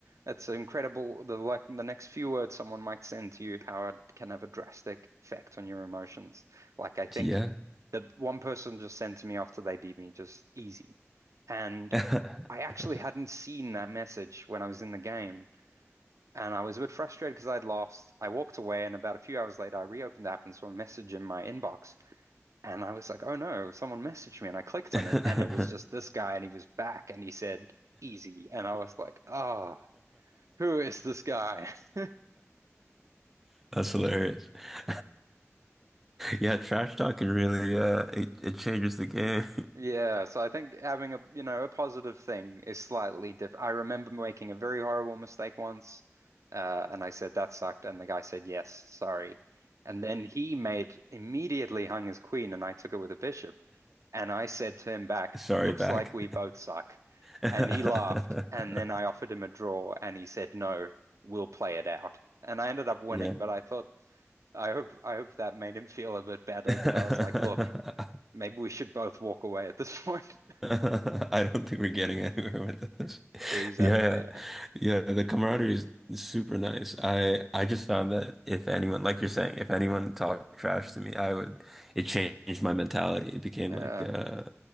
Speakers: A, on the right; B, in the centre.
A: it's incredible the like the next few words someone might send to you, how it can have a drastic effect on your emotions. Like I think
B: Yeah.
A: the one person just sent to me after they beat me, just easy. And
B: <laughs>
A: I actually hadn't seen that message when I was in the game. And I was a bit frustrated because I'd lost.
B: <laughs>
A: I walked away, and about a few hours later, I reopened the app and saw a message in my inbox. And I was like, oh no, someone messaged me. And I clicked
B: That's
A: on it, and it was just this guy, and he was back, and he said, easy. And I was like, oh, who is this guy? <laughs>
B: hilarious. <laughs> Yeah, trash talk can really uh it, it changes the game.
A: Yeah. So I think having a, you know, a positive thing is slightly different. I remember making a very horrible mistake once, uh, and I said, that sucked. And the guy said, yes, sorry. And then he made immediately hung his queen, and I took it with a bishop. And I said to him back,
B: <laughs> Sorry,
A: looks
B: back.
A: like we both suck.
B: <laughs>
A: And he laughed. And then I offered him a draw and he said, no, we'll play it out. And I ended up winning,
B: Yeah.
A: but
B: <laughs>
A: I thought, I hope, I hope that made him feel a bit better
B: I
A: that I was like, look, maybe we should both walk away at this point. <laughs>
B: don't think we're getting anywhere with this.
A: Exactly.
B: Yeah,
A: Yeah.
B: yeah, the camaraderie is super nice. I I just found that if anyone, like you're saying, if anyone talked trash to me, I would, it changed my mentality. It became
A: Yeah.
B: like uh